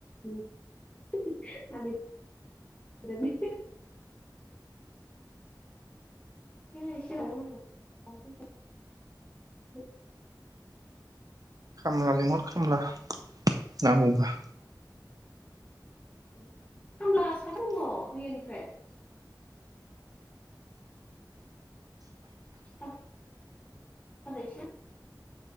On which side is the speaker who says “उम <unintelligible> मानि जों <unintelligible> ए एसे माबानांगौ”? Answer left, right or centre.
Left